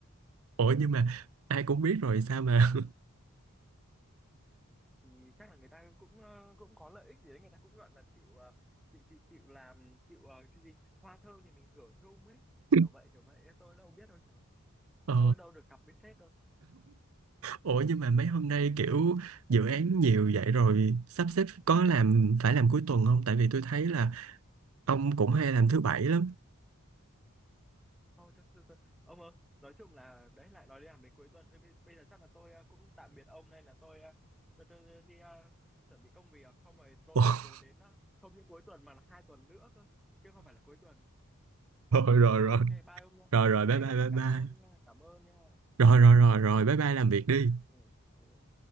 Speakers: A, on the right; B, in the centre.
A: Ủa nhưng mà ai cũng biết rồi sao mà
B: thì chắc là người ta cũng ờ, cũng có lợi ích gì đấy người ta cũng gọi là chịu ờ, chịu chịu chịu làm chịu ờ, cái gì hoa thơm thì mình hưởng chung ấy
A: <laughs>
B: kiểu vậy kiểu vậy tôi đâu biết đâu trời ơi,
A: ờ,
B: tôi đâu được cặp với sếp đâu
A: ủa nhưng mà mấy hôm nay kiểu dự án nhiều vậy rồi sắp xếp có làm phải làm cuối tuần không? Tại vì tôi thấy là ông cũng hay làm thứ bảy lắm.
B: thôi cho, cho, cho. ông ơi nói chung là đấy lại nói đi làm về cuối tuần thôi bây, bây giờ chắc là tôi ờ, cũng tạm biệt ông nên là tôi ờ, tôi, tôi đi ờ, chuẩn bị công việc không rồi tôi
A: <laughs> Ủa,
B: lại dồn đến ờ, không những cuối tuần mà là hai tuần nữa cơ chứ không phải là cuối tuần
A: Rồi rồi
B: ok
A: rồi,
B: ok bye ông nha
A: rồi rồi bye
B: ê
A: bye bye
B: cảm
A: bye.
B: ơn nha cảm ơn nha
A: Rồi
B: cảm
A: rồi
B: ơn
A: rồi
B: nha
A: rồi bye bye làm việc đi.
B: ừ. ừ.